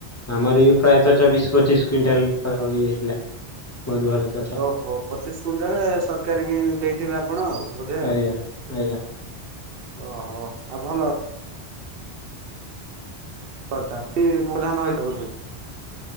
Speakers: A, on the left; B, on the right.
A: ଆମର <unintelligible> ପ୍ରାୟତଃ ଚବିଶ ପଚିଶ କୁଇଣ୍ଟାଲ ପାଖାପାଖି ହେଇଥିଲା ବହୁତ ଭଲ ଚାଷ
B: ଓହୋ ପଚିଶ କୁଇଣ୍ଟାଲ ସରକାରୀକି ଦେଇଥିବେ ଆପଣ ଆଉ
A: ଆଜ୍ଞା
B: ବୋଧେ ଆଉ।
A: ଆଜ୍ଞା।
B: ଓହୋ ଆଉ ଭଲ କଥା କି ମଧାନ ଆଇଥିବ ବୋଧେ